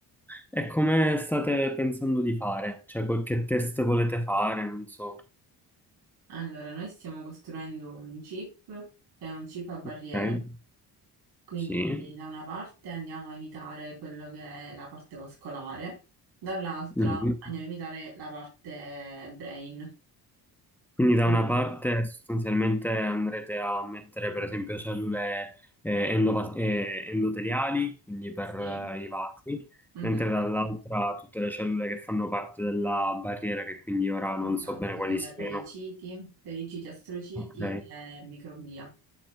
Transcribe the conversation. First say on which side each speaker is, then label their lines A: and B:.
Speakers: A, in the centre; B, on the right.
A: E come state pensando di fare? Cioè, qualche test volete fare? Non so.
B: Allora, noi stiamo costruendo un chip, che è un chip a barriera,
A: Ok,
B: quindi
A: sì.
B: da una parte andiamo a imitare quello che è la parte vascolare, dall'altra
A: Mhm.
B: andiamo a imitare la parte brain.
A: Quindi da
B: Quindi,
A: una parte sostanzialmente andrete a mettere per esempio cellule eh, endova- eh, endoteliali, quindi per
B: sì.
A: eh, i vasi,
B: Mhm,
A: mentre dall'altra tutte le cellule che fanno parte della barriera, che quindi ora
B: Esatto,
A: non so bene quali
B: come
A: siano.
B: periciti, periciti astrociti
A: Ok,
B: e microglia.